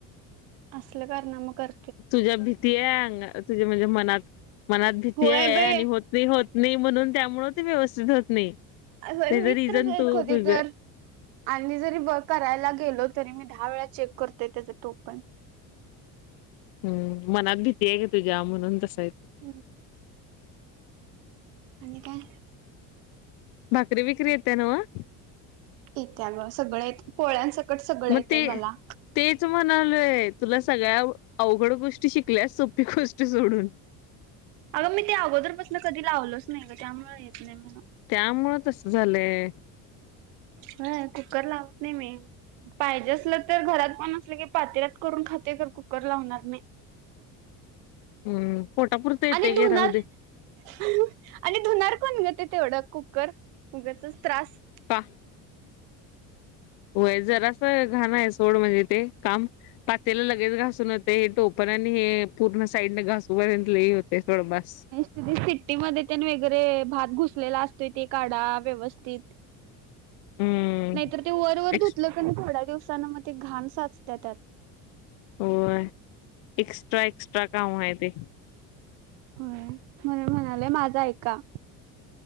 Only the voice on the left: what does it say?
तुझ्या भीती आहे, अ तुझ्या म्हणजे मनात, मनात भीती
आहे
आणि हो- त नाही, म्हणून त्यामुळं ते व्यवस्थित होत नाही.
त्याच
रिझन तू
तुझ
हम्म, मनात भीती आहे ग, तुझ्या म्हणून तसं आहे ते.
भाकरी बिकरी येते नव्ह?
मग
ते
तेच म्हणालोय, तुला सगळ्या अवघड गोष्टी शिकल्यास, सोपी गोष्ट सोडून.
त्यामुळं तस झालंय.
हम्म, पोटापुरत येते
घे
राहूदे.
<inaudible> होय, जरासं घाण आहे सोड म्हणजे ते, काम पातेला लगेच घासून- ते टोपण आणि हे पूर्ण साईडने घासू पर्यंत लय होतय थोड बास.
<inaudible> हम्म
एक्स
होय, एक्स्ट्रा, एक्स्ट्रा काम आहे ते.